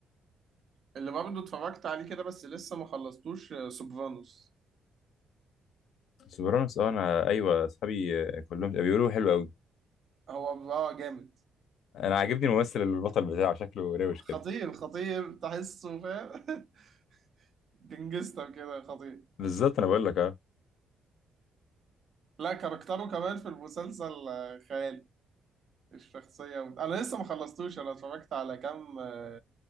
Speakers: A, on the right; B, on the left.
A: اللي برضه اتفرجت عليه كده بس لسه ما خلصتوش آه، سوبرانوس
B: سوبرانوس اه انا ايوه اصحابي آه، كلهم بيقولوا حلو قوي
A: هو اه جامد
B: انا عاجبني الممثل البطل بتاعه شكله روش
A: خطير
B: كده
A: خطير تحسه فاهم <laughs> جنجستر كده خطير
B: بالظبط انا بقول لك اه
A: لا كاركتره كمان في المسلسل آه، خيالي الشخصيه انا لسه ما خلصتوش انا اتفرجت على كام آه،